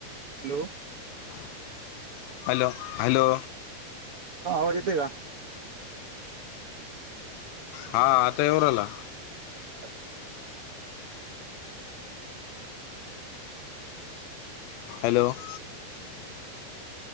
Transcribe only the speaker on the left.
<inaudible> हॅलो! <unintelligible> हॅलो!
हा आता येऊन राहिला..
हॅलो! <inaudible>